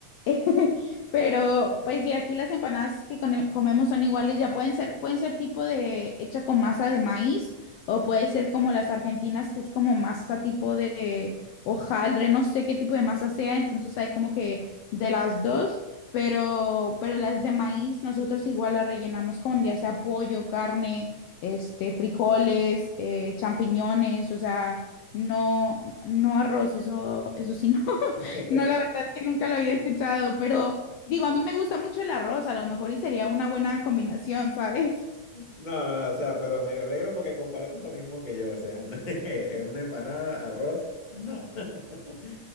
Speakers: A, on the left (about 80°); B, on the left (about 20°).
A: <laughs> pero pues sí, aquí las empanadas que come- comemos son iguales, ya pueden ser, pueden ser tipo de hecha con masa de maíz o puede ser como las argentinas, que es como masa tipo de hojaldre, no sé qué tipo de masa sea, entonces hay como que de las dos. Pero, pero las de maíz nosotros igual las rellenamos con ya sea pollo, carne, este, frijoles, eh, champiñones, o sea, no, no arroz, eso, eso sí, no, <laughs>
B: <laughs>
A: no, la verdad que nunca lo había escuchado, pero digo, a mí me gusta mucho el arroz, a lo mejor y sería una buena combinación, ¿sabes?
B: No, no, no, o sea, pero me alegro porque compartes lo mismo que yo, o sea, <laughs> una empanada, arroz, no. <laughs>